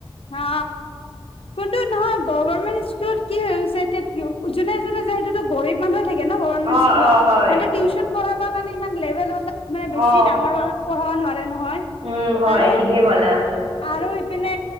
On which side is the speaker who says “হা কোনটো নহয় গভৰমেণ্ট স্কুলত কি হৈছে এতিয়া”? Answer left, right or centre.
Left